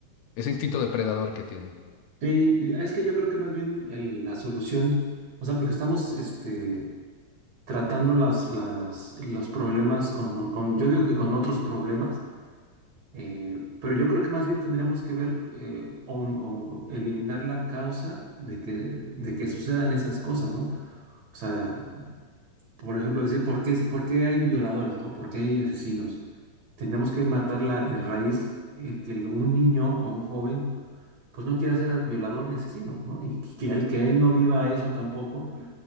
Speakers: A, on the left; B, on the right.
A: ese instinto depredador que tienen.
B: Sí, es que yo creo que más bien el- la solución, o sea, porque estamos este, tratando las, las, los problemas con, con, yo digo que con otros problemas, eh, pero yo creo que más bien tendríamos que ver eh, o, o eliminar la causa de que, de que sucedan esas cosas, ¿no? O sea, Por ejemplo, decir, ¿por qué, por qué hay violadores, ¿no? ¿Por qué hay asesinos? Tenemos que matarla de raíz el que el- un niño o un joven pues no quiera ser violador ni asesino, ¿no? Y que que él, que él no viva eso tampoco